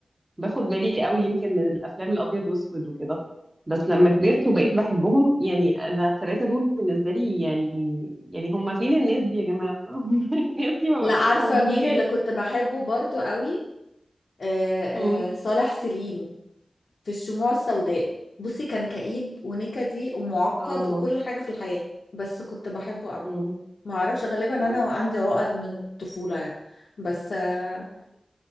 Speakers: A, on the right; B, on the left.
A: باخد بالي قوي يمكن من الافلام الابيض واسود وكده بس لما كبرت وبقيت بحبهم يعني انا الثلاثه دول بالنسبه لي يعني يعني هم فين الناس دي يا جماعه <laughs> الناس دي ما
B: لا
A: بقتش
B: عارفة
A: موجوده
B: مين
A: ليه
B: اللي كنت بحبه برضو قوي آه
A: مم.
B: آه صالح سليم في الشموع السوداء بصي كان كئيب ونكدي ومعقد
A: اه
B: وكل حاجة في الحياة بس كنت بحبه قوي
A: مم.
B: ما اعرفش غالبا
A: <laughs> مم.
B: انا عندي عقد من الطفوله يعني بس آه،